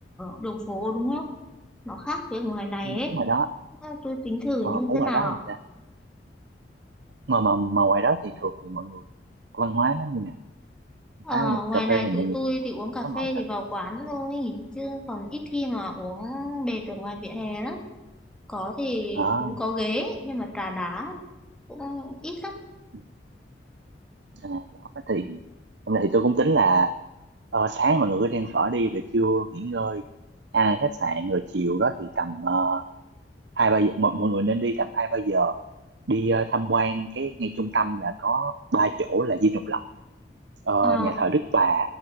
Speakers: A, in the centre; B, on the right.
A: đường phố đúng không? Nó khác với ngoài này
B: nhưng
A: ấy.
B: ở ngoài đó
A: À, tôi tính thử
B: ờ,
A: như
B: ở
A: thế
B: ngoài
A: nào
B: đó mà mà mà ngoài đó thì thường thì mọi người văn hóa nó như nè
A: Ờ,
B: pha một
A: ngoài
B: cà
A: này
B: phê thì mọi
A: tụi
B: người
A: tôi thì uống
B: không
A: cà
B: có ngồi
A: phê
B: cà
A: thì vào quán thôi chứ còn ít khi mà uống bệt ở ngoài vỉa hè lắm có thì
B: đó
A: cũng có ghế nhưng mà trà đá cũng ít lắm
B: Ừ. à, đó thì hôm nay thì tôi cũng tính là ờ, sáng mọi người cứ đi ăn phở đi rồi trưa nghỉ ngơi ăn ở khách sạn rồi chiều đó thì tầm ờ, hai ba giờ mọi, mọi người nên đi tầm hai ba giờ đi ờ, tham quan cái ngay trung tâm là có ba chỗ là Dinh Độc Lập ờ,
A: Ờ,
B: nhà thờ Đức Bà